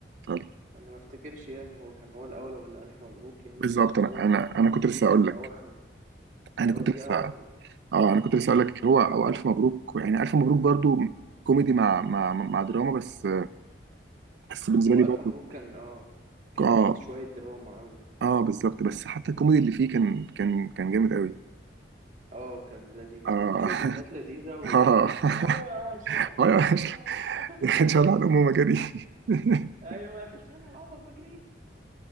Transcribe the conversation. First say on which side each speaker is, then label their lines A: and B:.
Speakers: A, on the right; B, on the right.
A: فعلا
B: انا ما افتكرش يعني هو كان هو الاول ولا الف مبروك يعني
A: بالظبط
B: بس هو
A: انا انا انا
B: دي
A: كنت لسه
B: كانت
A: اقول لك
B: اواخره
A: انا
B: اه
A: كنت
B: دي
A: لسه
B: اواخره يعني
A: اه انا كنت لسه اقول لك هو او الف مبروك يعني الف مبروك برضو كوميدي مع مع مع دراما بس بس بالنسبه
B: هو
A: لي برضو
B: ألف مبروك كان اه كان
A: اه
B: فيه شوية دراما قوي
A: اه بالظبط بس حتى الكوميدي اللي فيه كان كان كان جامد قوي
B: اه كان لذيذ
A: اه
B: كان فيه شوية إفيهات لذيذة و
A: <laughs> اه
B: أهو يا أشرف
A: <laughs> اه
B: أهو
A: يا-
B: يا
A: أشلي.
B: أشرف
A: ان شاء الله على امه مجدي <laughs>
B: <laughs> أيوه اتشال على عمرك ما جريت